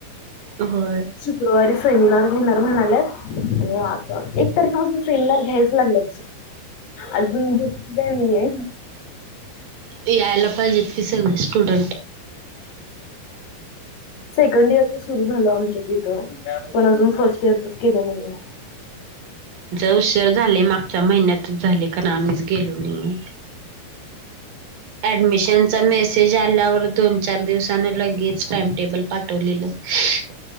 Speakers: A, on the right; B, on the left.
A: हो
B: शुक्रवारी शनिवार घेणार म्हणाल्यात आणि आता एक तारखेपासून सिननर घ्यायच लागला अजून घेत नाहीे
A: यायला पाहिजे इतकीि स ना स्टुडंट
B: सेकं इयर सुर झा आमच्याथ पण अजून फ तेरचच केलं नाही
A: उशर झाले मागच्या महिन्यातच झाले कारण आम्हीच गेलो नाही ऍडमिशनचा मेसेज आल्यावर दोन चार दिवसान लगेच टाइमटेबल पाठवलेलं ह